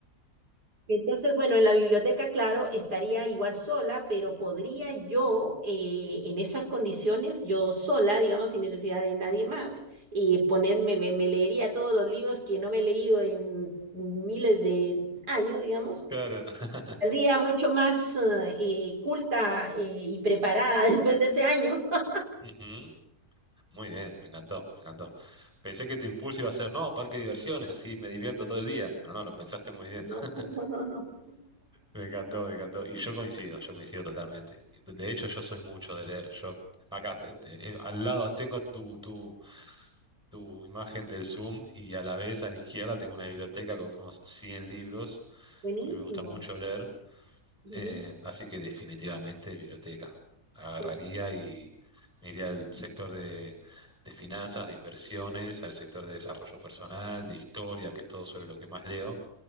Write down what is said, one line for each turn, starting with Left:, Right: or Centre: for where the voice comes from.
Right: Entonces, bueno, en la biblioteca, claro, estaría igual sola, pero podría yo, eh, en esas condiciones, yo sola, digamos, sin necesidad de nadie más, eh, ponerme, me, me leería todos los libros que no me he leído en miles de años, digamos.
Centre: Claro. <laughs>
Right: Saldría mucho más, eh, eh, culta, eh, y preparada <laughs> después de ese año. <laughs>
Centre: Ujú. Muy bien, me encantó, me encantó. Pensé que tu impulso iba a ser, no, parque de diversiones, así me divierto todo el día, pero no, lo pensaste muy bien.
Right: No,
Centre: <laughs>
Right: no, no, no.
Centre: Me encantó,
Right: <laughs>
Centre: me encantó. Y yo coincido, yo coincido totalmente. De hecho, yo soy mucho de leer. Yo acá, este, eh, al lado tengo tu, tu, tu imagen del Zoom y a la vez a la izquierda tengo una biblioteca con unos 100 libros,
Right: Buenísimo,
Centre: porque me gusta mucho leer.
Right: buenísimo,
Centre: Eh, así que definitivamente biblioteca. Agarraría
Right: sí.
Centre: y me iría al sector de, de finanzas, de inversiones, al sector de desarrollo personal, de historia, que es todo sobre lo que más leo.